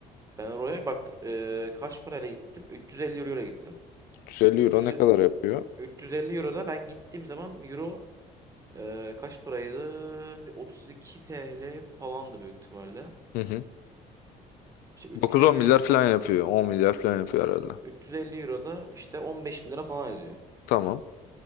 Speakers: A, on the right (about 20°); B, on the left (about 80°).
A: Ben oraya bak e, kaç parayla gittim? 350 euro ile gittim.
B: 350
A: 300,
B: euro ne kadar yapıyor?
A: 350 euro da ben gittiğim zaman euro e, kaç paraydı? Bir 32 TL falandı büyük ihtimalle.
B: Hı hı.
A: İşte
B: 9-10
A: 350 euro
B: milyar
A: da ka-
B: falan yapıyor. 10 milyar falan yapıyor herhalde.
A: 350 euro da işte 15 bin lira falan ediyor.
B: Tamam.